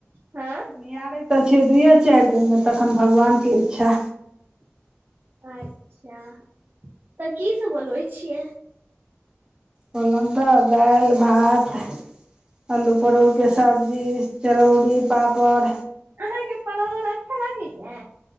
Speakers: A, on the right; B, on the right.
A: हँ
B: निआरैत तऽ छियै दुइए चार दिनमे तखन भगवानके इच्छा
A: अच्छा तऽ की सब बनबै छियै
B: कहलो तऽ दाल भात आलू परोड़ के सब्जी चरौड़ी पापड़
A: अहेके पावर अच्छा लागैया